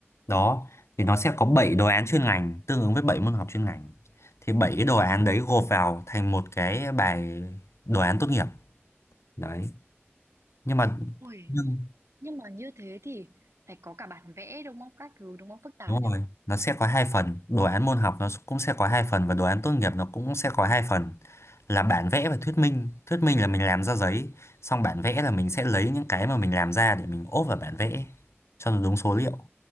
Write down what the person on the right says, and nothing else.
Ui,
nhưng mà như thế thì phải có cả bản vẽ đúng không? Các thứ đúng không? Phức tạp
nhở?